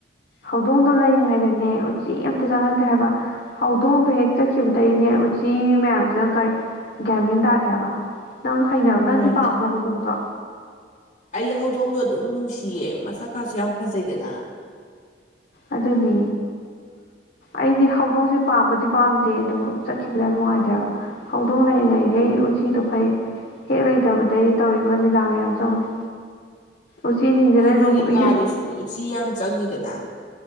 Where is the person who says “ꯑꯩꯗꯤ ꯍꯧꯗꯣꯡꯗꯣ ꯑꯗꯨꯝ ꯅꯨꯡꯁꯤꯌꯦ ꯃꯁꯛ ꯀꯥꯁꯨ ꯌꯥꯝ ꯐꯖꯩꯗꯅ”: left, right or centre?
Left